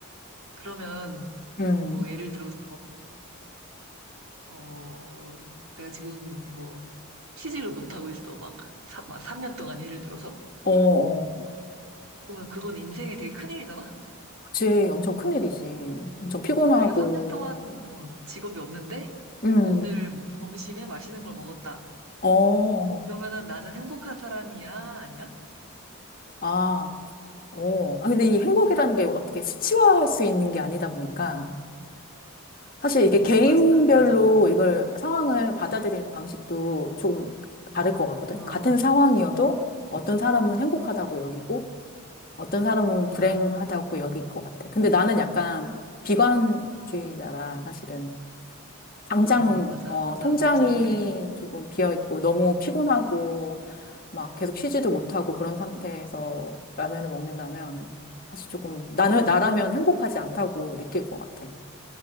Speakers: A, on the right; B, on the left.
A: 그러면
B: 음.
A: 뭐 예를 들어서 어, 내가 지금 뭐 취직을 못 하고 있어. 막, 3, 막삼 년 동안 예를 들어서.
B: 어, 어.
A: 그러면 그건 인생에 되게 큰일이잖아.
B: 그치. 엄청 큰일이지. 엄청 피곤하고.
A: 어, 그 내가 3년 동안 어, 직업이 없는데
B: 음.
A: 오늘 점심에 맛있는 걸 먹었다.
B: 어.
A: 그러면은 나는 행복한 사람이야? 아니야?
B: 아. 어, 아, 근데 이 행복이라는 게 어떻게 수치화할 수 있는 게 아니다 보니까
A: 그치?
B: 사실 이게
A: 어,
B: 개인별로
A: 맞아, 맞아, 맞아.
B: 이걸 상황을 받아들이는 방식도 좀 다를 것 같거든.
A: 어,
B: 같은 상황이어도 어떤 사람은 행복하다고 여기고 어떤 사람은
A: 아.
B: 불행하다고 여길 것 같아. 근데 나는 약간 비관주의자라 사실은 당장
A: 어, 어, 맞아,
B: 어,
A: 맞아.
B: 통장이
A: 너 좀 그래.
B: 조금 비어 있고 너무 피곤하고 막 계속 쉬지도 못하고 그런 상태에서 라면을 먹는다면 사실 조금 나는 나라면 행복하지 않다고 느낄 것 같아.